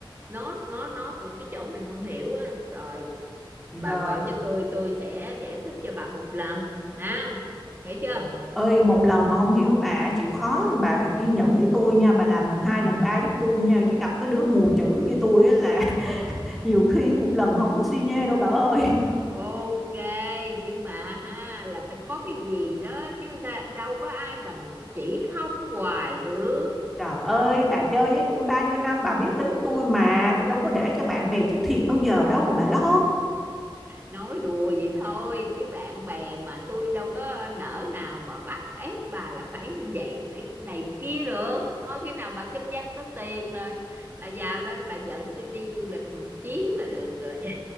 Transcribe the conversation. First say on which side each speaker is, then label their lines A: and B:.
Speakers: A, on the right; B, in the centre.
A: nốt nốt nốt những cái chỗ mình không hiểu á rồi
B: Rồi.
A: bà gọi cho tôi tôi sẽ giải thích cho bà một lần ha hiểu chưa
B: Ồ. Ơi một lần mà không hiểu bà chịu khó bà kiên nhẫn với tôi nha bà làm lần hai lần ba giúp tôi nha chứ gặp cái đứa mù chữ như tôi á là <laughs> nhiều khi
A: Ừ.
B: một lần không suy nhê đâu bà ơi.
A: ok nhưng mà ha là phải có cái gì đó chứ đâu có ai mình chỉ không hoài được
B: Trời ơi bà chơi với tôi bao nhiêu năm bà biết tính tôi mà tôi đâu có để cho bạn bè chịu thiệt bao giờ đâu mà bà lo.
A: nói đùa vậy thôi chứ bạn bè mà tôi đâu có nỡ nào mà bắt ép bà là phải vậy phải này kia được thôi khi nào bà kinh doanh có tiền rồi bà giàu lên bà dẫn tôi đi du lịch một chuyến là được rồi